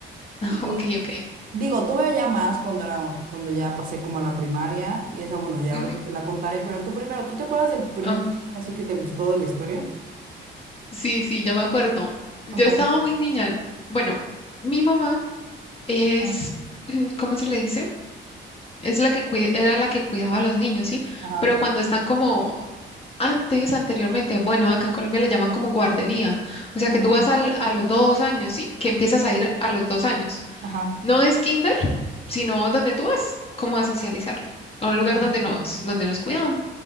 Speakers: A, on the right; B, on the left.
A: Y
B: ok, ok.
A: digo, tuve ya más cuando era, cuando ya pasé como a la primaria, y esa, bueno, ya
B: Ujú.
A: ahorita te la contaré, pero tú primero, ¿tú te acuerdas del primer
B: Ah,
A: anime así que te gustó de la historia?
B: sí, sí, ya me acuerdo. Yo
A: Ajá,
B: estaba muy niña. Bueno, mi mamá es,
A: ajá,
B: <clears throat> ¿cómo se le dice? Es la que cuida- era la que cuidaba a los niños, ¿sí?
A: ajá,
B: Pero cuando están como antes, anteriormente, bueno, acá en Colombia le llaman como guardería. O sea
A: ujú,
B: que tú vas al- a los dos años, ¿sí? Que empiezas a ir a los dos años.
A: ajá,
B: No es kinder, sino donde tú vas, como a socializar, a un lugar
A: ok,
B: donde nos, donde nos cuidaban.